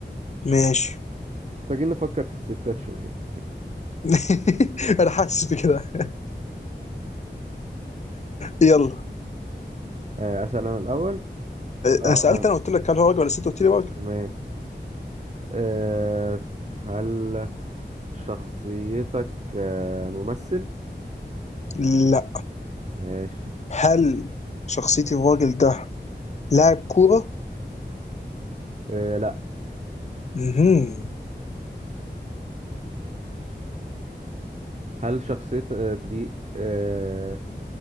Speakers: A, on the left; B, on the right.
A: ماشي
B: محتاجين نفكر في الستات شوية
A: <laughs> انا حاسس بكده يلا
B: آه، أسأل أنا الأول اه
A: انا سألت
B: أنا
A: انا قلت لك هل هو راجل ولا ست؟ قلت لي راجل
B: تمام آه، هل شخصيتك آه، ممثل؟
A: لا
B: ماشي
A: هل شخصيتي الراجل ده لاعب كورة؟
B: آه، لأ
A: مهم.
B: هل شخصيتك دي آه،